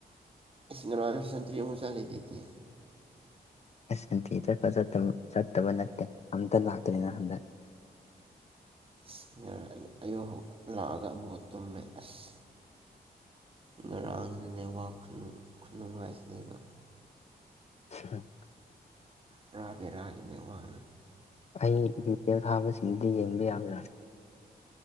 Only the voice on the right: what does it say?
ꯏꯁ ꯉꯔꯖ ꯁꯇ꯭ꯔꯤ ꯃꯨꯆꯥꯥꯔꯤꯗꯤꯇꯤ
ꯑꯁ ꯑꯌꯨ ꯍ ꯂꯥꯛꯑꯒ ꯑꯃꯨꯛꯀ ꯇꯨꯝꯃꯦ ꯑꯁ ꯉꯔꯥꯡꯗꯨꯗꯅꯦ ꯈꯨꯅꯨꯡꯉꯥꯏꯁꯤꯅꯦꯕ
ꯄꯨꯔꯥ ꯕꯦꯔꯥꯒꯤꯅꯦ ꯋꯥꯡ